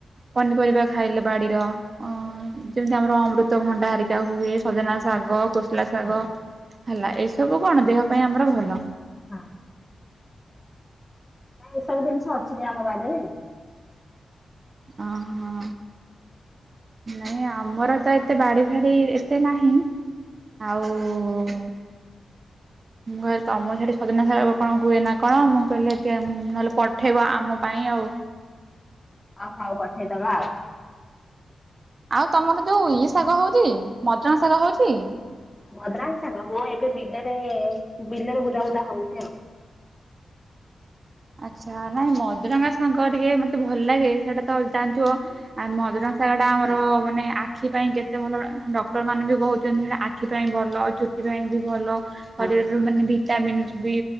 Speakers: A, on the right; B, on the left.
A: ପନିପରିବା ଖାଇଲ ବାଡ଼ିର ଅ ଯେମିତି ଆମର ଅମୃତ ଭଣ୍ଡା ହାରିକା ହୁଏ ସଜନା ଶାଗ କୋ ଶଳା ଶାଗ
B: ହଁ
A: ହେଲା ଏ ସବୁ କଣ ଦେହ ପାଇଁ ଆମର ଭଲ
B: ହଁ। ନାଇଁ ଏସବୁ ଜିନିଷ ଅଛି ଜେ ଆମ ବାଡିରେ।
A: ଓହୋ ନାଇଁ ଆମର ତ ଏତେ ବାଡି ଫାଡି ଏତେ ନାହିଁ। ଆଉ ମୁଁ ଭାବ ତମ ସେଠି ସଜନା ଶାଗ କଣ ହୁଏ ନା କଣ ମୁଁ କହିଲି ଏତିଏ ଉମ ନଲେ ପଠେଇବ ଆମ ପାଇଁ ଆଉ।
B: ଓ ହଉ ପଠେଇଦବା ଆଉ।
A: ଆଉ ତମର ଯୋଉ ଇଏ ଶାଗ ହଉଚି ମଦ୍ରଙ୍ଗ ଶାଗ ହଉଚି?
B: ମଦ୍ରାଙ୍ଗ ଶାଗ ହୁଏ ଏବେ ବିଲରେ ବିଲରେ ବୁଦା ବୁଦା ହଉଚି ଆଉ।
A: ଆଚ୍ଛା ନାଇଁ ମଦରଙ୍ଗା ସାଙ୍ଗ ଟିକେ ମତେ ଭଲ ଲାଗେ ସେଇଟା ତ ଜାଣିଥିବ ଆ ମଦୁରଙ୍ଗ ସାଗର ଟା ଆମର ମାନେ ଆଖି ପାଇଁ କେତେ ଭଲ ଡକ୍ଟର ମାନେ ବି କହୁଚନ୍ତି ସେଟା ଆ ଆଖି ପାଇଁ ଭଲ ଚୁଟି ପାଇଁ ବି ଭଲ। ଶରୀରରେ
B: ହଁ
A: ମାନେ ଭିଟାମିନ୍ ବି